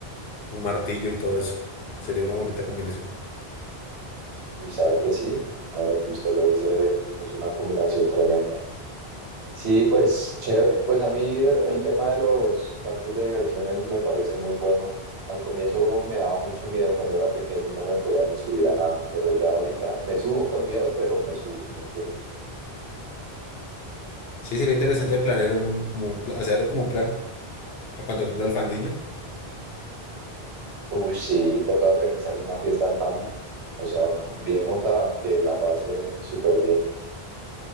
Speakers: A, on the left; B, on the right.
A: un martillo y todo eso. Sería una bonita combinación.
B: Uy, sabe que sí. Ahora que usted lo dice, es una combinación tremenda. Sí, pues chévere. Pues a mí el el tema de los parques de diversiones me parece muy bueno. Al comienzo me daba mucho miedo cuando era pequeño y no me podía ni subir a nada, pero ya ahorita me subo con miedo, pero me subo, ¿me entiende?
A: Sí, sería interesante planear un, como un, pla- hacer como un plan para cuando cumpla el fandiño.
B: Uy, sí, toca organizarle una fiesta al Fandi. O sea, p- bien montada, que la pase súper bien.